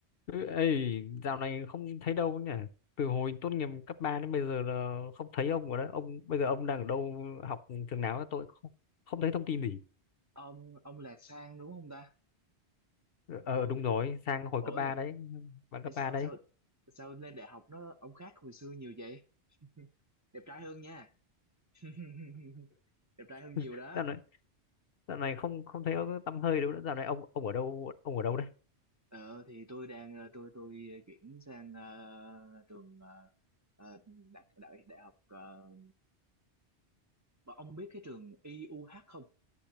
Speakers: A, on the left; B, on the right.
A: Ừ, ấy dạo này không thấy đâu nhỉ từ hồi tốt nghiệp cấp 3 đến bây giờ là không thấy ông rồi đấy ông bây giờ ông đang ở đâu học trường nào ấy? tôi không không thấy thông tin gì
B: ông ông là Sang đúng không ta
A: ờ
B: ông
A: đúng rồi sang hồi
B: ôi
A: cấp 3 đấy bạn
B: thế
A: cấp
B: sao
A: 3 đấy
B: sao sao lên đại học nó ông khác hồi xưa nhiều vậy <laughs> đẹp trai hơn nha <laughs> đẹp trai hơn nhiều
A: <laughs>
B: đó
A: dạo này dạo này không không thấy ông tăm hơi đâu nữa dạo này ông ông ở đâu ông ở đâu đấy
B: ờ thì tôi đang ờ, tôi tôi ờ, chuyển sang ờ, trường ờ, ờ, đại đại đại học ờ, ông biết cái trường i u IUH không